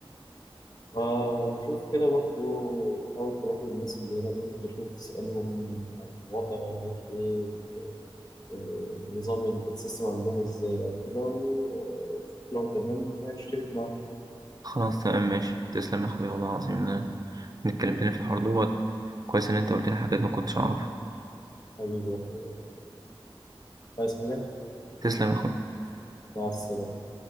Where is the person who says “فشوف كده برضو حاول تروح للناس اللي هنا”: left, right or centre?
Left